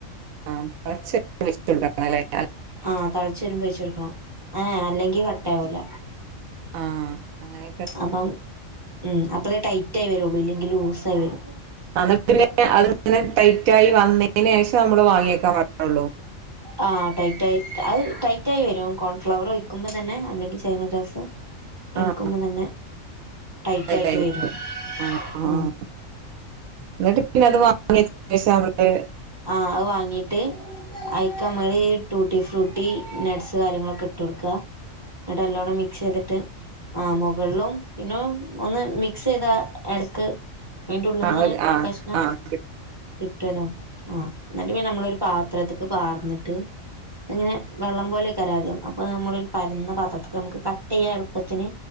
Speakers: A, on the right (about 85°); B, on the right (about 20°).
A: <unintelligible>
B: ആഹ് തളിച്ചു വരുമ്പോഴ്ച്ചൊടുക്കണം ആ അല്ലെങ്കി കട്ട ആവൂല
A: ആഹ് അങ്ങനെ
B: അപ്പം ഉം അപ്പളേ ടൈറ്റ് ആയി വരുള്ളൂ ഇല്ലെങ്കിൽ ലൂസ ആയി വരും
A: അത് പിന്നെ അത്ങ്ങനെ ടൈറ്റ ആയി വന്നേന് ശേഷം നമ്മള് വാങ്ങിയേക്കാൻ പറ്റുള്ളൂ
B: ആഹ് ടൈറ്റ് ആയി അത് ടൈറ്റ് ആയി വരും കോൺഫ്ലവർ ഒഴിക്കുമ്പോ തന്നെ അല്ലെങ്കിൽ ചൈന ഗ്രാസ്
A: ആഹ്
B: ഒഴിക്കുമ്പോ തന്നെ ടൈറ്റ്
A: ടൈറ്റായി
B: ആയിട്ട് വരും
A: ആഹ്
B: ആ
A: ആഹ് എന്നിട്ട് പിന്നെ അത് വാങ്ങി വെച്ച് അവടെ
B: ആ അത് വാങ്ങീട്ട് അയിക്കമ്മള് ടൂട്ടി ഫ്രൂട്ടി നട്ട്സ് കാര്യങ്ങളൊക്കെ ഇട്ടട്ക്ക എന്നിട്ട് നല്ലോണം മിക്സ് ചെയ്തിട്ട് ആ മുകളിലും പിന്നെ ഒന്ന് മിക്സ് ചെയ്താ എടക്ക് അയ്ൻ്റെ ഉള്ള്ന്ന്
A: ആഹ്
B: ഇങ്ങനെ
A: ആഹ്
B: പ്രശ്ന
A: ആഹ്
B: കിട്ടുരാ ആഹ് എന്നിട്ട് പിന്നെ നമ്മളൊരു പാത്രത്ത്ക്ക് പാർന്നിട്ട് അങ്ങനെ വെള്ളം പോലെ അയ്ക്കാരം ആദ്യം അപ്പ നമ്മളൊരു പരന്ന പാത്രത്ത്ക്ക് നമുക്ക് കട്ടെയ്യാ എളുപ്പത്തിന്